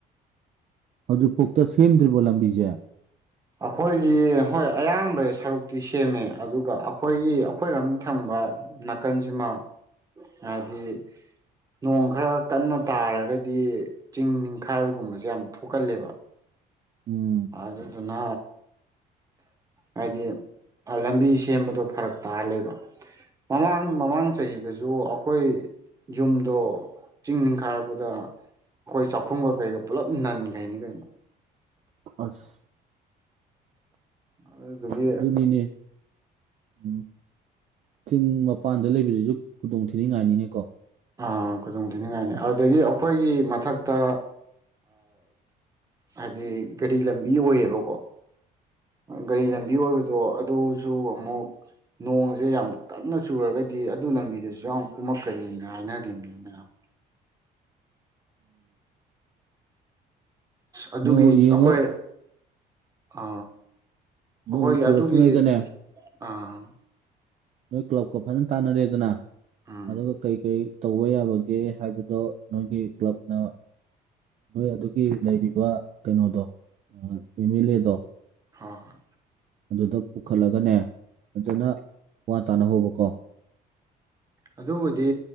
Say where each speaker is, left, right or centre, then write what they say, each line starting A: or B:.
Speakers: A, on the right (about 45°); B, on the right (about 20°).
A: ꯍꯗꯨ ꯄꯣꯛꯛꯇ ꯊꯃꯦꯗ꯭ꯔꯔꯤꯕꯣꯂꯝ ꯕꯤꯖꯌꯥ
B: ꯑꯩꯈꯣꯏꯒꯤ ꯍꯣꯏ ꯑꯌꯥꯝꯕ ꯁꯔꯨꯛꯇꯤ ꯁꯦꯝꯃꯦ ꯑꯗꯨꯒ ꯑꯩꯈꯣꯏꯒꯤ ꯑꯩꯈꯣꯏꯅꯝ ꯊꯪꯕ ꯅꯥꯀꯟꯁꯤꯃ ꯍꯥꯏꯗꯤ ꯅꯣꯡ ꯈꯔ ꯀꯟꯅ ꯇꯥꯔꯒꯗꯤ ꯆꯤꯡ ꯅꯤꯡꯈꯥꯏꯕꯒꯨꯝꯕꯁꯦ ꯌꯥꯝ ꯊꯣꯛꯀꯜꯂꯦꯕ
A: ꯎꯝ
B: ꯑꯗꯨꯗꯨꯅ ꯍꯥꯏꯗꯤ ꯂꯝꯕꯤ ꯁꯦꯝꯕꯗꯣ ꯐꯔꯛ ꯇꯥꯔ ꯂꯩꯕ ꯃꯃꯥꯡ ꯃꯃꯥꯡ ꯆꯍꯤꯗꯁꯨ ꯑꯩꯈꯣꯏ ꯌꯨꯝꯗꯣ ꯆꯤꯡ ꯅꯤꯡꯈꯥꯔꯛꯄꯗ ꯑꯩꯈꯣꯏ ꯆꯥꯛꯈꯨꯝꯒ ꯀꯩꯒ ꯄꯨꯜꯂꯞ ꯅꯟꯈꯩꯅꯤ ꯀꯩꯅꯣ
A: ꯑꯁ
B: ꯑꯗꯨ ꯑꯗꯨꯒꯤ
A: ꯑꯗꯨꯅꯤꯅꯦ ꯎꯝ ꯆꯤꯡ ꯃꯄꯥꯟꯗ ꯂꯩꯕꯁꯤꯁꯨ ꯈꯨꯗꯣꯡ ꯊꯤꯅꯤꯡꯉꯥꯏꯅꯤꯅꯦꯀꯣ
B: ꯥ ꯈꯨꯗꯣꯡ ꯊꯤꯅꯤꯡꯉꯥꯏꯅꯤ
A: ꯑꯁ
B: ꯑꯗꯨꯗꯒꯤ ꯑꯩꯈꯣꯏꯒꯤ ꯃꯊꯛꯇ ꯍꯥꯏꯗꯤ ꯒꯥꯔꯤ ꯂꯝꯕꯤ ꯑꯣꯏꯌꯦꯕꯀꯣ ꯒꯥꯔꯤ ꯂꯝꯕꯤ ꯑꯣꯏꯕꯗꯣ ꯑꯗꯨꯁꯨ ꯑꯃꯨꯛ ꯅꯣꯡꯁꯦ ꯌꯥꯝ ꯇꯟꯅ ꯆꯨꯔꯒꯗꯤ ꯑꯗꯨ ꯂꯝꯕꯤꯗꯨꯁꯨ ꯌꯥꯝ ꯀꯨꯝꯃꯛꯀꯅꯤꯅ ꯍꯥꯏꯅꯔꯤꯕꯅꯤ ꯃꯌꯥꯝ ꯑ ꯑꯗꯨꯒꯤ
A: ꯑꯣ ꯌꯦꯡꯉꯣ
B: ꯑꯩꯈꯣꯏ ꯑ
A: ꯅꯣꯡ
B: ꯑꯩꯈꯣꯏ
A: ꯆꯨꯔꯛꯇ꯭ꯔꯤꯉꯩꯗꯅꯦ
B: ꯑꯗꯨꯒꯤ ꯑꯥ
A: ꯅꯣꯏ ꯀ꯭ꯂꯕꯀ ꯐꯖꯅ ꯇꯥꯟꯅꯔꯦꯗꯅ
B: ꯎꯝ
A: ꯑꯗꯨꯒ ꯀꯩ ꯀꯩ ꯇꯧꯕ ꯌꯥꯕꯒꯦ ꯍꯥꯏꯕꯗꯣ ꯅꯣꯏꯒꯤ ꯀ꯭ꯂꯕꯅ ꯅꯣꯏ ꯑꯗꯨꯒꯤ ꯂꯩꯔꯤꯕ ꯀꯩꯅꯣꯗꯣ ꯑꯦꯝ ꯑꯦꯜ ꯑꯦꯗꯣ
B: ꯍꯣꯏ
A: ꯑꯗꯨꯗ ꯄꯨꯈꯠꯂꯒꯅꯦ ꯐꯖꯅ ꯋꯥ ꯇꯥꯅꯍꯧꯕꯀꯣ
B: ꯑꯗꯨꯕꯨꯗꯤ